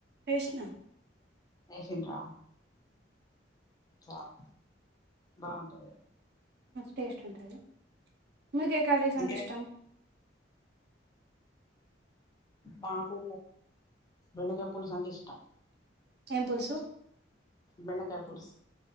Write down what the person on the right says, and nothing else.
ఏసిన
టేస్ట్ ఉంటది. మీక ఏ కర్రీస్
అంటే ఇష్టం.
ఏం పుల్సు